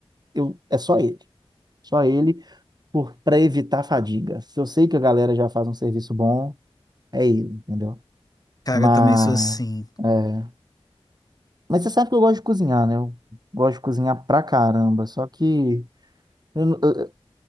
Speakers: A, on the right; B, on the left.
A: eu, é só ele, só ele, por, para evitar a fadiga. Se eu sei que a galera já faz um serviço bom, é ele, entendeu?
B: Cara,
A: Mas,
B: eu também sou assim.
A: é, mas você sabe que eu gosto de cozinhar, né? Eu gosto de cozinhar pra caramba, só que eu, n- eu